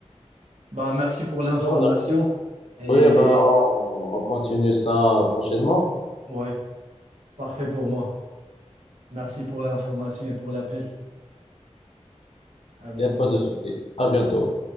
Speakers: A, on the right; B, on the left.
A: Bah, merci pour l'information.
B: Voilà.
A: Et
B: Oui, eh ben, on, on continue ça prochainement.
A: ouais, parfait pour moi. Merci pour l'information et pour l'appel. À bientôt.
B: Il n'y a pas de souci. À bientôt.